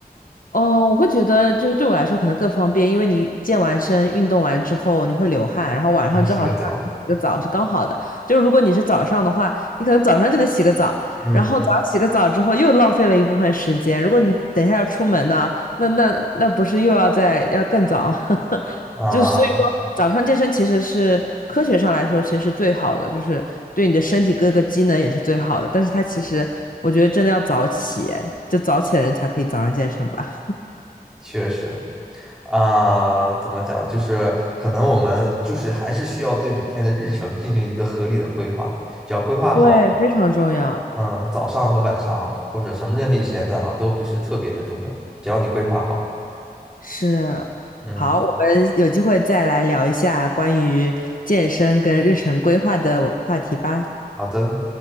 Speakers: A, on the left; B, in the centre.
A: 嗯，我会觉得就是对我来说可能更方便，因为你健完身、运动完之后你会流汗，然后晚上正好是让你洗个澡是刚好的。
B: 冲洗个澡。
A: 就如果你是早上的话，你可能早上就得洗个澡，
B: 嗯
A: 然后早上洗个澡之后又浪费了一部分时间。如果你等一下要出门呢，那那那不是又要在要更早？<laughs>
B: 啊，
A: 就所以说早上健身其实是科学上来说其实是最好的，就是对你的身体各个机能也是最好的。但是它其实我觉得真的要早起，哎就早起的人才可以早上健身吧。
B: 确实啊，怎么讲？就是可能我们就是还是需要对每天的日程进行一个合理的规划，只要规划好，
A: 对，非常重要。
B: 嗯，早上和晚上或者什么任何一时间段哈，都不是特别的重要，只要你规划好。
A: 是，
B: 嗯，
A: 好，我们有机会再来聊一下关于健身跟日程规划的话题吧。
B: 好的。